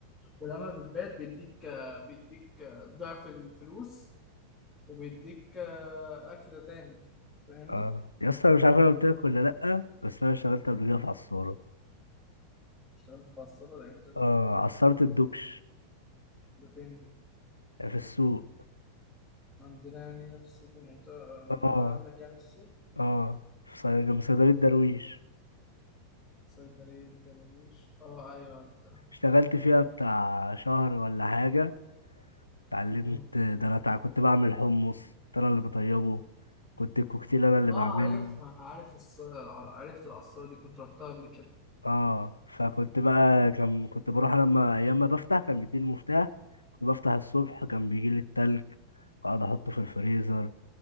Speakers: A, in the centre; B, on the left.
A: ولما بتبات بيديك بيديك ضعف الفلوس وبيديك أكلة تاني فاهمني؟
B: اه يا اسطى أنا مش عارف انا قلت لك ولا لا بس انا اشتغلت قبل كده في عصاره
A: اشتغلت في الصالة ده امتى ده؟
B: اه عصرت الدكش
A: ده فين دي؟
B: في السوق
A: عندنا يعني هنا في السوق في المنطقة المنطقة
B: اه
A: عندك يعني في السوق
B: اه في صيد- جنب صيدليه درويش
A: صيدلية درويش اه ايوه عرفتها
B: اشتغلت فيها بتاع شهر ولا حاجه اتعلمت
A: مم.
B: ده انا تع- كنت بعمل حمص كنت انا اللي بطيبه كنت الكوكتيل انا اللي
A: اه
B: بعمله
A: عارفها عارف الص... الع- عرفت العصارة دي كنت رحتها قبل كده
B: اه فكنت بقى كان كنت بروح لما ايام ما بفتح كان بيديني المفتاح كنت بفتح الصبح كان بيجي لي التلج واقعد احطه في الفريزر